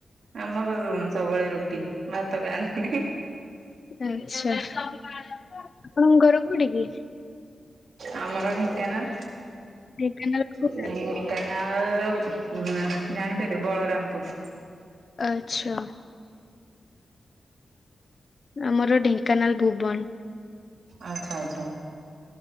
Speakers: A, on the right (about 70°); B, on the left (about 40°).
A: ଆମର ରୁଣ ସବୁବେଳେ ରୁଟି ଭାତ ଖାନ୍ତିନି।
B: ଆଛା ଆପଣଙ୍କ ଘର କୋଉଠି କି?
A: ଆମର ଢେଙ୍କାନାଳ।
B: ଢେଙ୍କାନାଳକୁ
A: ଢେଙ୍କାନାଳ ଜାଣିପାରିବ ବଳରାମପୁର।
B: ଆଚ୍ଛା। ଆମର ଢେଙ୍କାନାଳ ଭୁବନ।
A: ଆଚ୍ଛା ଆଚ୍ଛା।